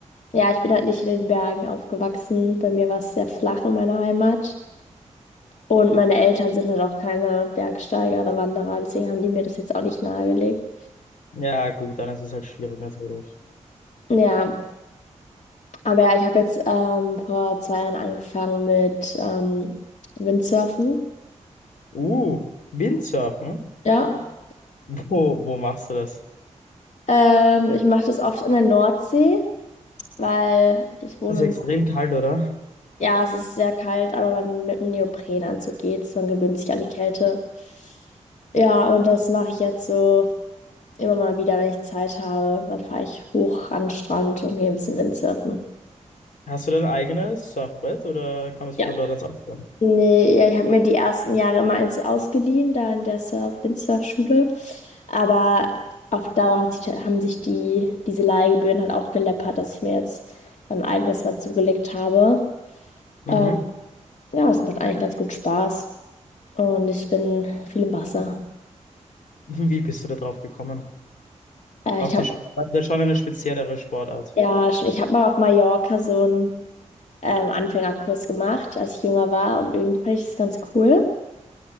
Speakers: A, on the left; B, on the left.
A: Ja, ich bin halt nicht in den Bergen aufgewachsen. Bei mir war es sehr flach in meiner Heimat. Und meine Eltern sind halt auch keine Bergsteiger oder Wanderer, deswegen haben die mir das jetzt auch nicht nahegelegt.
B: Ja, gut, dann ist es halt schwierig natürlich.
A: Ja, aber ja, ich habe jetzt ähm, vor zwei Jahren angefangen mit ähm, Windsurfen.
B: Uh, Windsurfen?
A: Ja,
B: Wo, wo machst du das?
A: ähm, ich mache das oft in der Nordsee, weil ich wohne
B: Das Ist ja
A: im
B: extrem
A: Norden.
B: kalt, oder?
A: Ja, es ist sehr kalt, aber man, mit einem Neoprenanzug geht's, man gewöhnt sich an die Kälte. Ja, und das mache ich jetzt so immer mal wieder, wenn ich Zeit habe. Dann fahre ich hoch an den Strand und gehe ein bisschen Windsurfen.
B: Hast du dein eigenes Surfbrett oder kann man sich
A: Ja.
B: dann dort eins ausleihen?
A: Nee, ja, ich habe mir die ersten Jahre immer eins ausgeliehen, da in der Surf, Windsurf-Schule. Aber auf Dauer hat sich, haben sich die, diese Leihgebühren halt auch geleppert, dass ich mir jetzt dann ein eigenes mal zugelegt habe.
B: Mhm.
A: Ähm, ja, das macht eigentlich ganz gut Spaß. Und ich bin viel im Wasser.
B: Wie bist du da drauf gekommen?
A: Äh,
B: Auf
A: ich
B: die
A: habe
B: Sportart? Das ist schon eine speziellere Sportart.
A: ja, schon- ich habe mal auf Mallorca so einen ähm, Anfängerkurs gemacht, als ich jünger war. Und irgendwie fand ich das ganz cool.